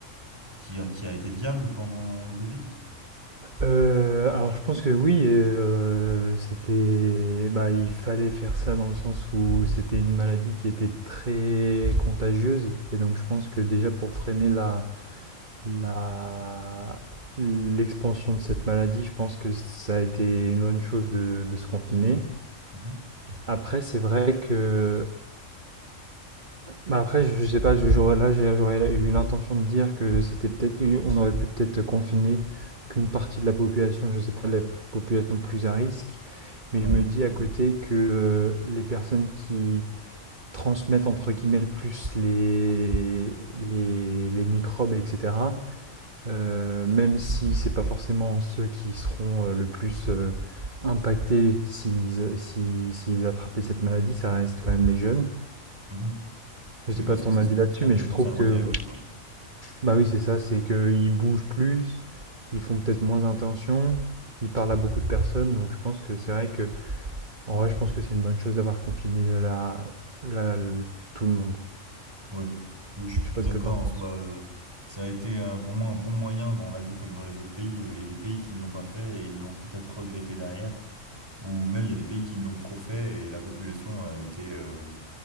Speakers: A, on the right; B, on the right.
A: qui a, qui a été viable pendant le Covid?
B: Euh, alors, je pense que oui, euh, c'était, bah, il fallait faire ça dans le sens où c'était une maladie qui était très contagieuse. Et donc, je pense que déjà pour freiner la, la, l'expansion de cette maladie, je pense que ça a été une bonne chose de, de se confiner.
A: Mhm.
B: Après, c'est vrai que Bah après, je je sais pas, je- j'aurais là, j'ai- j'aurais eu l'intention de dire que c'était peut-être, on aurait pu peut-être confiner qu'une partie de la population, je sais pas, la population plus à risque, mais
A: Ouais.
B: je me dis à côté que euh, les personnes qui transmettent entre guillemets le plus les, les, les microbes, etc., euh, même si c'est pas forcément ceux qui seront euh, le plus euh, impactés s'ils si, s'ils attrapaient cette maladie, ça reste quand même les jeunes.
A: Mhm.
B: Je sais
A: Oui,
B: pas
A: parce
B: ton
A: que c'est
B: avis
A: ceux qui
B: là-dessus,
A: traînent
B: mais
A: le
B: je
A: plus
B: trouve
A: à droite
B: que
A: et à gauche, quoi.
B: Bah oui, c'est ça, c'est qu'ils bougent plus, ils font peut-être moins attention, ils parlent à beaucoup de personnes, donc je pense que c'est vrai que, en vrai, je pense que c'est une bonne chose d'avoir confiné la, la- le- tout le monde.
A: Ouais. Oui, je suis
B: Je
A: plutôt
B: sais pas
A: d'accord
B: ce que t'en
A: en
B: penses.
A: soi. euh, Ça a été euh, pour moi un bon moyen. Bon, On l'a vu comme dans les autres pays. euh, Il y a des pays qui l'ont pas fait et ils l'ont peut-être regretté derrière. ou même il y a des pays qui l'ont trop fait et la population a été euh,